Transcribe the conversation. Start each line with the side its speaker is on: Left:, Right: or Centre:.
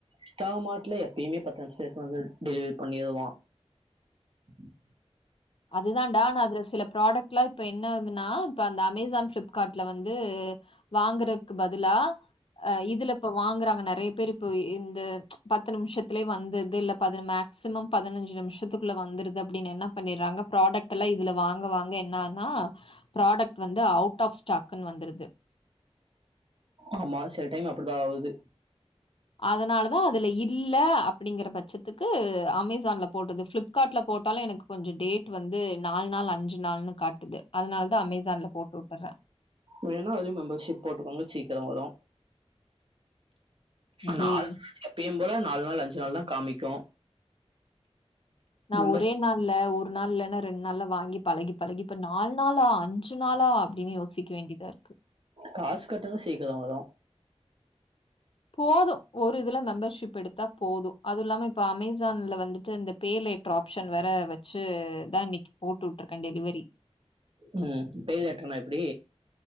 Right: இன்ஸ்டா மார்ட்ல எப்பயுமே பத்து நிமிஷத்துல எத்துன் வந்து டெலிவரி பண்ணிருவா <inaudible>
Left: அதுதாண்டா ஆனா அதுல சிலப் ப்ராடக்ட்லா இப்ப என்ன ஆதுன்னா இப்ப அந்த அமேசான் ஃபிளிப்கார்ட்ல வந்து வாங்குறக்கு பதிலா அ இதுல இப்ப வாங்குறாங்க நெறய பேர் இப்ப இந்த பத்து நிமிஷத்துலயே வந்துர் இல்ல ப மேக்சிமம் பதினஞ்சு நிமிஷத்துக்குள்ள வந்துருது அப்டின்னு என்னாப் பண்றாங்க ப்ராடக்ட் எல்லா இதுல வாங்க வாங்க என்னானா ப்ராடக்ட் வந்து அவுட் ஆஃப் ஸ்டாக்குன் வந்துருது
Right: ஆமா சில டைம் அப்டிதா ஆவுது
Left: அதனாலதா அதுல இல்ல அப்டிங்கற பட்சத்துக்கு அமேசான்ல போட்டது ஃப்ளிப் கார்ட்ல போட்டாலு எனக்கு கொஞ்சோ டேட் வந்து நாலு நாள் அஞ்சு நாள்னு காட்டுது அதனாலதா அமேசான்ல போட்டு உட்டுர்ற
Right: வேணுனா அதுலயு மெம்பர்ஷிப் போட்டுக்கோங்க சீக்கிர வரு நாலு நாள்
Left: டேய்!
Right: எப்பயு போல நாலு நாள் அஞ்சு நாள் தா காமிக்கு
Left: நா
Right: மெம்பர்ஷிப்
Left: ஒரே நாள்ல ஒ ஒரு நாள் இல்லனா ரெண்டு நாள்ல வாங்கி பழகி பழகி இப்ப நாலு நாள்லா அஞ்சு நாளா டின் யோசிக்க வேண்டியதாருக்கு
Right: காசு கட்டுனா சீக்கர வரு
Left: போது ஒரு இதுல மெம்பர்ஷிப் எடுத்தா போது அதுவு இல்லாம இப்ப அமேசான்ல வந்துட்டு இந்த பேலேட்டர் ஆப்ஷன் வேற வெச்சு தா இன்னைக்கு போட்டு உட்ருக்க டெலிவரி
Right: ம் பேலேட்டர்னா எப்டி